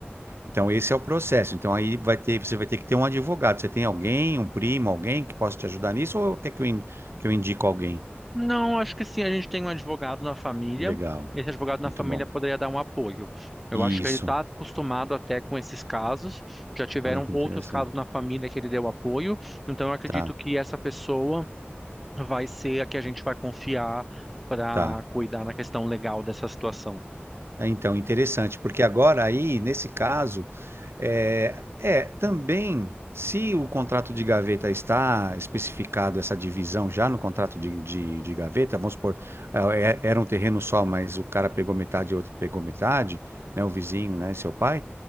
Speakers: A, on the right; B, in the centre.
A: Então, esse é o processo. Então, aí vai ter, você vai ter que ter um advogado. Você tem alguém, um primo, alguém que possa te ajudar nisso, ou quer que eu, in- que eu indico alguém?
B: Não, acho que sim, a gente tem um advogado na família,
A: Legal.
B: e esse advogado na
A: Muito
B: família
A: bom.
B: poderia dar um apoio. Eu
A: Isso.
B: acho que ele está acostumado até com esses casos, já tiveram
A: Olha que
B: outros
A: interessante.
B: casos na família que ele deu apoio, então eu acredito
A: Tá,
B: que essa pessoa vai ser a que a gente vai confiar para
A: tá.
B: cuidar na questão legal dessa situação.
A: Ah, Então, interessante, porque agora aí, nesse caso, é, é, também, se o contrato de gaveta está especificado essa divisão já no contrato de, de, de gaveta, vamos supor, ah, é- era um terreno só, mas o cara pegou metade e outro pegou metade, né, o vizinho, né, seu pai,